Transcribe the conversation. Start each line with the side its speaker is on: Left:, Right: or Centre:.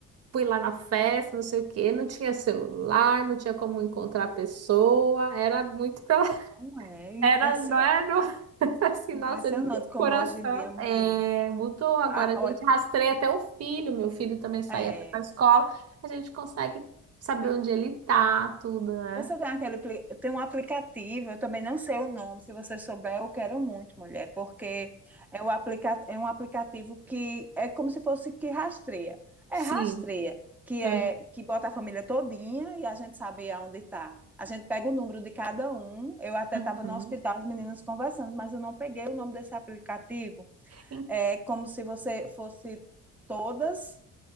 Right: fui lá na festa, não sei o quê, não tinha celular, não tinha como encontrar a pessoa, era muito pela... <laughs>
Centre: não é
Right: Era,
Centre: impressionante,
Right: não era, não- <laughs> assim,
Centre: impressionante
Right: nossa, ele tinha um
Centre: como
Right: coração.
Centre: hoje em dia mudou.
Right: É, mudou, agora
Centre: Ah,
Right: a
Centre: olha,
Right: gente rastreia até o filho, meu filho também saía
Centre: é,
Right: para a escola, a gente consegue saber onde ele tá, tudo, né?
Centre: Você tem aquele, apli- tem um aplicativo, eu também não sei o nome, se você souber, eu quero muito, mulher, porque é, o aplica, é um aplicativo que é como se fosse que rastreia. É
Right: Sim.
Centre: rastreia, que
Right: Uhum.
Centre: é que bota a família todinha e a gente sabe aonde está. A gente pega o número de cada um. Eu até
Right: Uhum.
Centre: estava no hospital, as meninas conversando, mas eu não peguei o nome desse aplicativo.
Right: Sim,
Centre: É como se você fosse todas